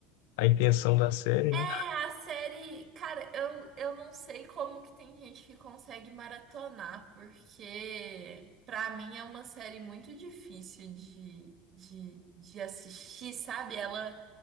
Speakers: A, on the left (about 75°); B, on the right (about 50°).
A: a intenção da série,
B: É,
A: né?
B: a série, cara, eu, eu não sei como que tem gente que consegue maratonar, porque pra mim é uma série muito difícil de, de, de assistir, sabe? Ela